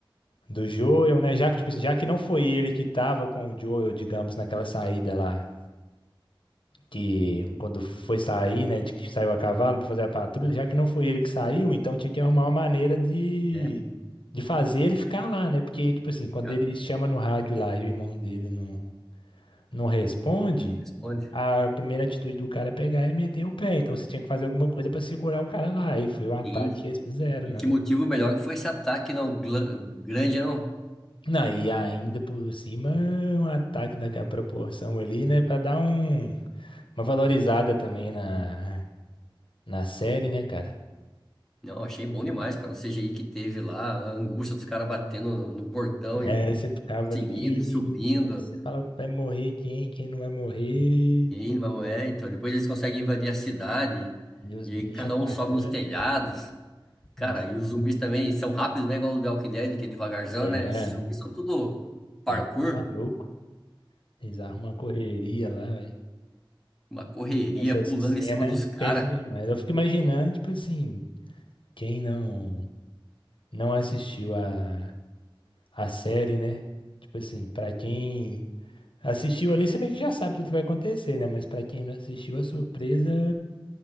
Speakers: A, on the left (about 70°); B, in the centre.
A: do Joel, né? Já que, tipo assim, já que não foi ele que tava com o Joel, digamos, naquela saída lá. que quando foi sair, né, de que saiu a cavalo para fazer a patrulha, já que não foi ele que saiu, então tinha que arrumar uma maneira de
B: É,
A: de fazer ele ficar lá, né? Porque tipo assim, quando
B: cara,
A: ele chama no rádio lá e o irmão dele não não responde,
B: não responde.
A: a primeira atitude do cara é pegar e meter o pé. Então você tinha que fazer alguma coisa para segurar o cara lá. E foi o ataque
B: Sim.
A: que eles fizeram,
B: E, e
A: né?
B: que motivo melhor que foi esse ataque, não? gla- Grande, não.
A: Não, e ainda por cima, um ataque daquela proporção ali, né? Pra dar um, uma valorizada também na, na série, né, cara?
B: Não, achei bom demais, cara. O CGI que teve lá, a angústia dos caras batendo no portão
A: É,
B: e
A: você ficava
B: conseguindo
A: ali,
B: e subindo.
A: aí você fala que vai morrer quem, quem não vai morrer,
B: E aí, mas é, então, depois eles conseguem invadir a cidade.
A: e os
B: E
A: bichos
B: aí cada
A: atacando.
B: um sobe nos telhados. Cara,
A: Aí você,
B: e os zumbis também são rápidos, né? Igual o The Walking Dead, que é devagarzão,
A: é,
B: né? Esses zumbis são tudo parkour,
A: eles são malucos, eles arrumam uma correria lá, velho.
B: uma correria,
A: Essa, essa
B: pulando
A: cena
B: em cima
A: é
B: dos caras.
A: tensa demais. Eu fico imaginando, tipo assim, quem não não assistiu a, a série, né? Tipo assim, pra quem assistiu ali, você meio que já sabe tudo que vai acontecer, né? Mas pra quem não assistiu, a surpresa